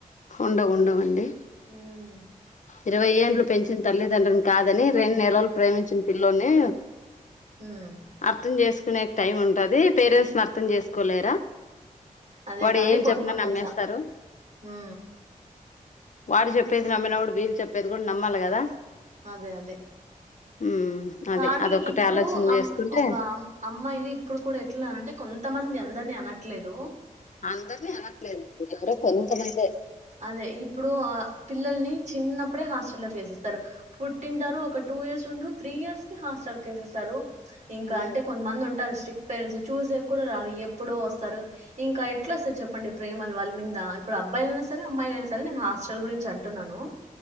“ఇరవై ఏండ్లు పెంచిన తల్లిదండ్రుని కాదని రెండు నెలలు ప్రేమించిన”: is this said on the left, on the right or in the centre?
Left